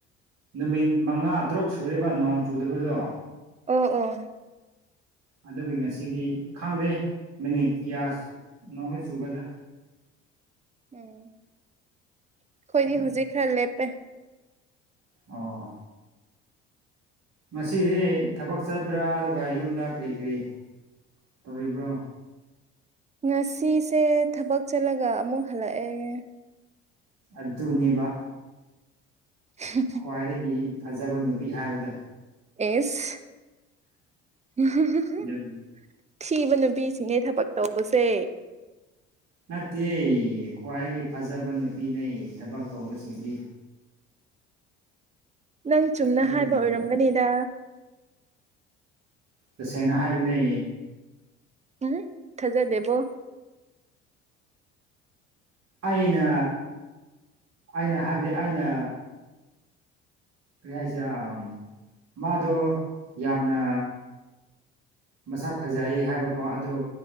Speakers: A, on the right; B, on the right.
A: ꯅꯨꯃꯤꯠ ꯃꯉꯥ ꯇꯔꯨꯛ ꯁꯨꯔꯦꯕ ꯅꯣꯡ ꯆꯨꯗꯕꯗꯣ
B: ꯑꯣ ꯑꯣ
A: ꯑꯗꯨꯒꯤ ꯉꯁꯤꯗꯤ ꯈꯪꯗꯦ ꯃꯤꯅꯤꯠ ꯀꯌꯥꯁ ꯅꯣꯡꯁꯨ ꯆꯨꯒꯗ꯭ꯔꯥ
B: ꯎꯝ ꯑꯩꯈꯣꯏꯗꯤ
A: ꯑꯗꯨꯅꯦ
B: ꯍꯧꯖꯤꯛ ꯈꯔ ꯂꯦꯞꯄꯦ
A: ꯑꯣ ꯉꯁꯤꯗꯤ ꯊꯕꯛ ꯆꯠꯕ꯭ꯔꯥ ꯑꯗꯨꯒ ꯌꯨꯝꯗ ꯀꯔꯤ ꯀꯔꯤ ꯇꯧꯔꯤꯕ꯭ꯔꯣ
B: ꯉꯁꯤꯁꯦ ꯊꯕꯛ ꯆꯠꯂꯒ ꯑꯃꯨꯛ ꯍꯜꯂꯛꯑꯦ
A: ꯑꯗꯨꯅꯤꯕ
B: <unintelligible>
A: ꯈ꯭ꯋꯥꯏꯗꯒꯤ ꯐꯖꯕ ꯅꯨꯄꯤ ꯍꯥꯏꯕꯗꯣ
B: ꯑꯦꯁ <unintelligible>
A: ꯑꯗꯨꯅꯤ
B: ꯊꯤꯕ ꯅꯨꯄꯤꯁꯤꯡꯅꯦ ꯊꯕꯛ ꯇꯧꯕꯁꯦ
A: ꯅꯠꯇꯦ ꯈ꯭ꯋꯥꯏꯒꯤ ꯐꯖꯕ ꯅꯨꯄꯤꯅꯦ ꯊꯕꯛ ꯇꯧꯕꯁꯤꯡꯗꯤ
B: ꯅꯪ ꯆꯨꯝꯅ
A: ꯑꯗꯨꯅꯦ
B: ꯍꯥꯏꯕ ꯑꯣꯏꯔꯝꯒꯅꯤꯗ
A: ꯇꯁꯦꯡꯅ ꯍꯥꯏꯕꯅꯦ
B: ꯎꯝ ꯊꯖꯗꯦꯕꯣ
A: ꯑꯩꯅ ꯑꯩꯅ ꯍꯥꯏꯕꯗꯤ ꯑꯩꯅ ꯀꯔꯤ ꯍꯥꯏꯁꯤꯔꯥ ꯑꯝ ꯃꯥꯗꯣ ꯌꯥꯝꯅ ꯃꯁꯛ ꯐꯖꯩ ꯍꯥꯏꯕꯀꯣ ꯑꯗꯣ